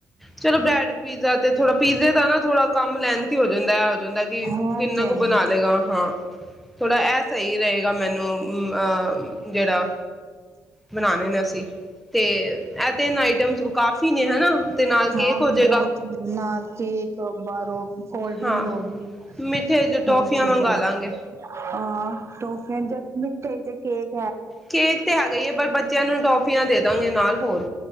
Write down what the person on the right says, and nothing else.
ਹਾਂ
ਤੇ
ਹੈ ਹੀ
ਹਾਂ,
ਬਹੁਤ ਨਾਲ ਕੇਕ ਬਾਹਰੋਂ ਕੋਲਡ ਡਰਿੰਕ
ਹੋ ਗਈ,
ਹਰ ਚੀਜ਼ਾਂ,
ਹਾਂ, ਟੋਫੀਆਂ ਜਸਟ ਠ ਦੇਖੇ <unintelligible>